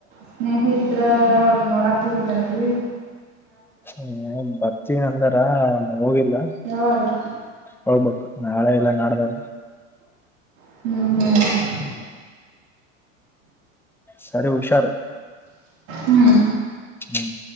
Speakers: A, on the right; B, in the centre.
A: ಸ್ನೇಹತ್ರರ ನೋಡಕ್ ಹೋಗಿಲ್ಲ ನೀ ಇಲ್ಲಿ
B: ಹ್ಮ ಬರ್ತೀನಿ ಅಂದಾರ ಹೋಗಿಲ್ಲ
A: ಯಾವಾಗ
B: ಹೋಗ್ಬೇಕು ನಾಳೆ ಇಲ್ಲ ನಡ್ದಾಗ
A: ಹ್ಮ್ ಹ್ಮ್
B: ಹ್ಮ್ಮ ಸರಿ ಹುಷಾರು
A: ಹ್ಮ್
B: ಹ್ಮ್